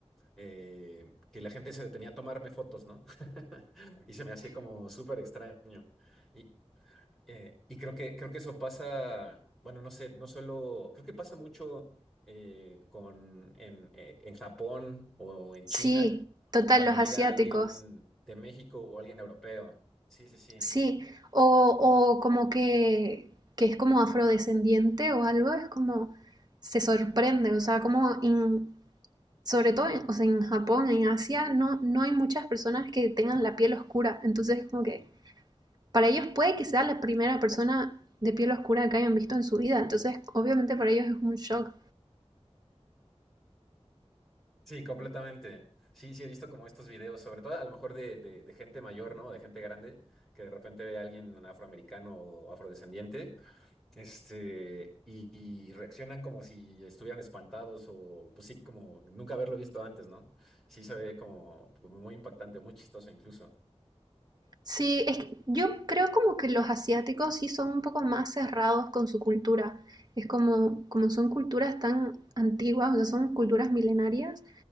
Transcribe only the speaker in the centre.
eh, que la gente se detenía a tomarme fotos, ¿no? <laughs> Y se me hacía como súper extraño. Y, Eh, y creo que, creo que eso pasa, bueno, no sé, no solo, creo que pasa mucho eh, con, en, eh, en Japón o en
China,
cuando
llega
alguien de México o alguien europeo. Sí, sí, sí.
Sí, completamente. Sí, sí, he visto como estos videos, sobre todo a lo mejor de, de, de gente mayor, ¿no? De gente grande, que de repente ve a alguien afroamericano o afrodescendiente Este, y, y reaccionan como si estuvieran espantados o pues sí, como nunca haberlo visto antes, ¿no? Sí se ve como, como muy impactante, muy chistoso incluso.